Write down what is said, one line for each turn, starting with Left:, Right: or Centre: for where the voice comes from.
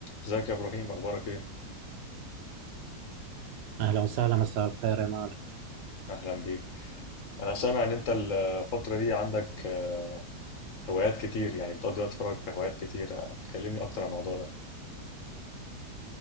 Left: ازيك يا ابراهيم اخبارك ايه
Right: أهلا وسهلا مساء الخير يا مالك
Left: اهلا بيك انا سامع ان انت الفتره دي عندك آه، هوايات كتير يعني بتقضي وقت فراغك في هوايات كتير آه، تكلمني اكتر عن الموضوع ده